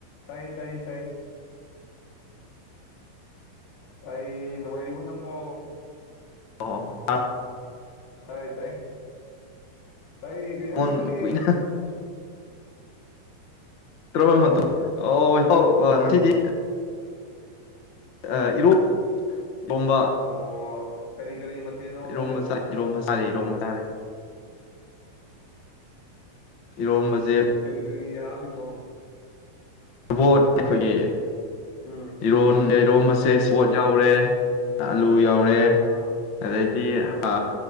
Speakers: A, on the left; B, on the left.
A: ꯇꯥꯏ ꯇꯥꯏ ꯇꯥꯏ ꯇꯥꯏꯌꯦ ꯅꯨꯡꯉꯥꯏꯔꯤꯕꯔꯤꯕꯣ ꯅꯪꯕꯣ
B: ꯑꯣ ꯑ
A: ꯇꯥꯏ ꯇꯥꯏ ꯇꯥꯏ ꯀꯩꯅꯩꯅꯪ
B: ꯐꯣꯟ
A: ꯆꯒꯦ
B: ꯀꯨꯏꯅ <unintelligible>
A: ꯎꯝ
B: ꯑꯣ ꯑꯧ ꯑ ꯁꯤꯗꯤ ꯑ ꯏꯔ ꯑꯦꯔꯣꯝꯕ
A: ꯑꯣ ꯀꯔꯤ ꯀꯔꯤ ꯃꯊꯦꯜꯅꯣ ꯂꯣꯜꯂꯤꯕꯣ
B: ꯣꯝ ꯃꯆꯥꯥ ꯔꯣꯝ ꯃꯁꯥꯔꯦ ꯔꯣꯝ ꯃꯁꯥꯔꯦ ꯏꯔꯣꯝꯕꯁ
A: ꯀꯔꯤ ꯀꯔꯤ ꯍꯥ ꯄꯅꯣ <inaudible>
B: ꯕꯣꯠ ꯑꯩꯈꯣꯏꯒꯤ
A: ꯎꯝ
B: ꯏ <unintelligible> ꯏꯣꯝꯕꯁꯦ ꯁꯣꯠ ꯌꯥꯎꯔꯦ ꯑꯥꯂꯨ ꯌꯥꯎꯔꯦ
A: ꯑꯥ
B: ꯑꯗꯨꯗꯤ
A: ꯎꯝ
B: ꯑ